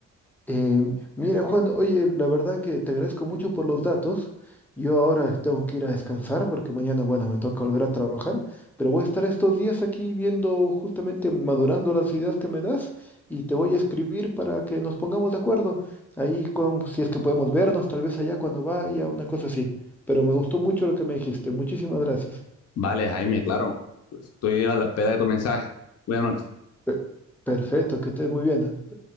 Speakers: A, in the centre; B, on the left (about 55°).
A: Em, mira, Juan, oye, la verdad que te agradezco mucho por los datos. Yo ahora tengo que ir a descansar porque mañana, bueno, me toca volver a trabajar, pero voy a estar estos días aquí viendo justamente, madurando las ideas que me das y te voy a escribir para que nos pongamos de acuerdo. Ahí con, si es que podemos vernos, tal vez allá cuando vaya, una cosa así. Pero me gustó mucho lo que me dijiste. Muchísimas gracias.
B: Vale, Jaime, claro. Estoy a la espera de tu mensaje. Buenas noches.
A: Pe- perfecto, que estés muy bien. ¿no?